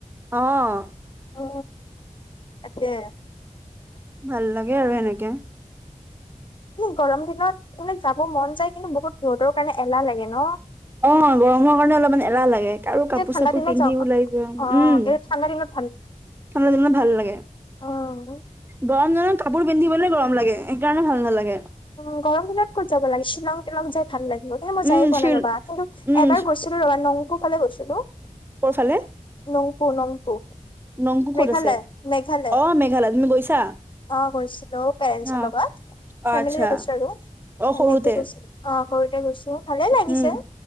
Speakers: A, on the right; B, on the left.
A: অ',
B: অ, তাকে।
A: ভাল লাগে আৰু এনেকে।
B: উম, গৰম দিনত মানে যাব মন যায় কিন্তু বহুত ৰ'দৰ কাৰণে এলাহ লাগে ন?
A: অ' গৰমৰ কাৰণে অলপমান এলাহ লাগে। আৰু কাপোৰ
B: এই ঠাণ্ডা
A: চাপোৰ
B: দিনত
A: পিন্ধি
B: যাওক।
A: ওলাই যোৱা
B: অ',
A: উম
B: এই ঠাণ্ডা দিনত
A: ঠান্ডা দিনত ভাল লাগে।
B: অ'
A: গৰম দিনত কাপোৰ পিন্ধিবলৈ গৰম লাগে সেইকাৰণে ভাল নালাগে।
B: উ গৰম দিনত ক'ত যাব লাগে শ্বিলং তিলং জাই ভাল লাগিব এ মই
A: উম
B: যায় পোৱা
A: শিল
B: নাই ৰবা কিন্তু
A: উম
B: এবাৰ গৈছিলো ৰবা নংপু ফালে গৈছিলো।
A: ক'ৰ ফালে
B: নংপু নংপু
A: নংকু ক'ত
B: মেঘালয়
A: আছে
B: মেঘালয়।
A: অ মেঘালয় তুমি গৈছা
B: অ'গৈছিলো পেৰেন্টছৰ
A: অ
B: লগত
A: অ
B: ফেমিলি
A: আচ্ছা
B: লৈ গৈছো আৰু সেনেকে
A: অ সৰুতে
B: গৈছো অ সৰুতে গৈছো ভালে লাগিছে
A: উম,